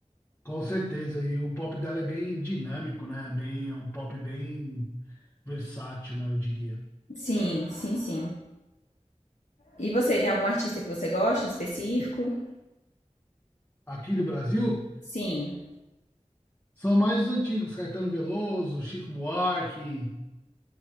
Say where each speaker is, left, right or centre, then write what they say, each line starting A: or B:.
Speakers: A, on the left (about 20°); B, on the left (about 80°).
A: Com certeza. E o pop dela é bem dinâmico, né? Bem, é um pop bem versátil, né? Eu diria.
B: Sim, sim, sim. E você, tem algum artista que você gosta em específico?
A: Aqui do Brasil.
B: Sim,
A: São mais os antigos, Caetano Veloso, Chico Buarque.